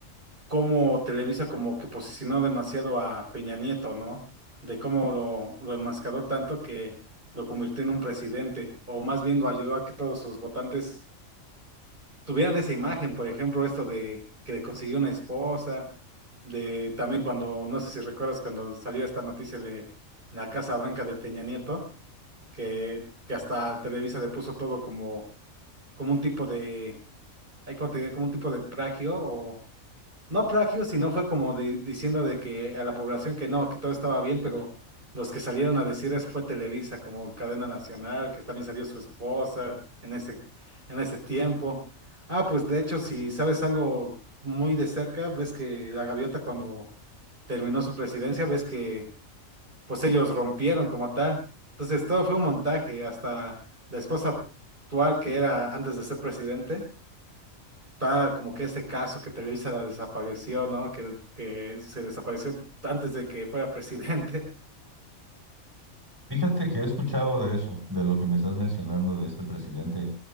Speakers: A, on the right; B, on the right.
A: cómo Televisa como que posicionó demasiado a Peña Nieto, ¿no? De cómo lo, lo enmascaró tanto que lo convirtió en un presidente, o más bien lo ayudó a que todos sus votantes tuvieran esa imagen, por ejemplo, esto de que le consiguió una esposa, de también cuando, no sé si recuerdas cuando salió esta noticia de la Casa Blanca de Peña Nieto que, que hasta Televisa le puso todo como, como un tipo de, ay, ¿cómo te diré? Como un tipo de plagio, o no plagio, sino fue como di- diciendo de que a la población que no, que todo estaba bien, pero los que salieron a decir eso fue Televisa, como cadena nacional, que también salió su esposa en ese, en ese tiempo. Ah, pues de hecho, si sabes algo muy de cerca, ves que la gaviota cuando terminó su presidencia, ves que pues ellos rompieron como tal. Entonces todo fue un montaje, hasta la esposa actual que era antes de ser presidente, está como que ese caso que Televisa la desapareció, ¿no? Que, que se desapareció antes de que fuera presidente. <laughs>
B: Fíjate que he escuchado de eso, de lo que me estás mencionando de este presidente,